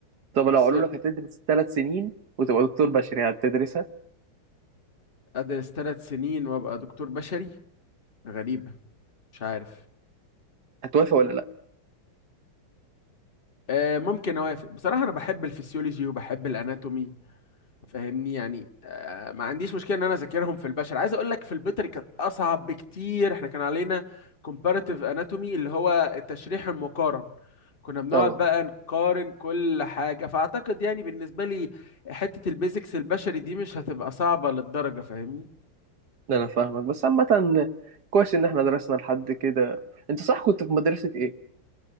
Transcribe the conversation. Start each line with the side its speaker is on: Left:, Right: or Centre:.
Right: طب لو
Left: بس
Right: قالوا لك هتدرس ثلاث سنين وتبقى دكتور بشري هتدرسها
Left: أدرس ثلاث سنين وأبقى دكتور بشري غريبة مش عارف
Right: هتوافق ولا لا
Left: آه ممكن أوافق بصراحة أنا بحب الفسيولوجي وبحب الأناتومي فاهمني يعني آه ما عنديش مشكلة إن أنا أذاكرهم في البشر عايز أقول لك في البيطري كانت أصعب بكتير إحنا كان علينا comparative anatomy اللي هو التشريح المقارن كنا بنقعد
Right: طبعا
Left: بقى نقارن كل حاجة فأعتقد يعني بالنسبة لي حتة البيزكس البشري دي مش هتبقى صعبة للدرجة فاهمني
Right: ده انا فاهمك بس عامة كويس ان احنا درسنا لحد كده انت صح كنت في مدرسة ايه